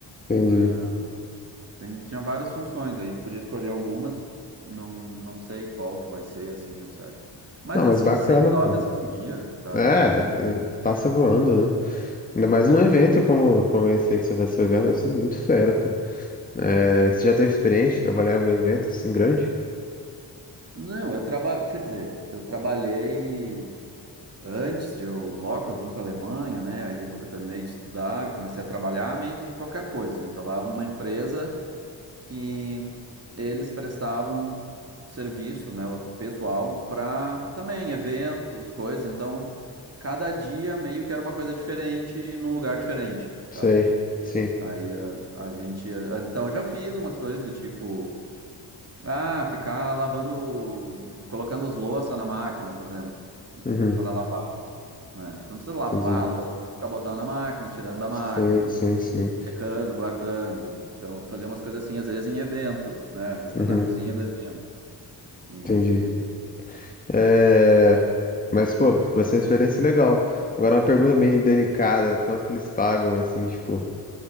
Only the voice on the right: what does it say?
né? Tem- tinha várias funções aí. Tu podia escolher algumas, não, não sei qual que vai ser assim, o certo. Mas
é
assim,
seis horas
por dia, sabe?
Bem de
boa.
Sim.
Não, eu trabalho. Quer dizer, eu trabalhei. Antes de eu, logo que eu vim para a Alemanha, né? Aí depois que eu terminei de estudar, eu comecei a trabalhar meio que de qualquer coisa. assim. Eu trabalhava numa empresa que eles prestavam serviço, né, o pessoal para também eventos, coisas. Então, cada dia meio que era uma coisa diferente e num lugar diferente, sabe?
Aí a, a gente, ia- eh, então eu já fiz umas coisas do tipo, ah, ficar lavando, colocando as louças na máquina, por exemplo,
para lavar né? Porque não precisa lavar
a louça, mas tem que ficar botando na máquina, tirando da
máquina,
secando, guardando. Então, fazer umas coisas assim, às vezes em evento, né? Resta-
Na cozinha do evento. E...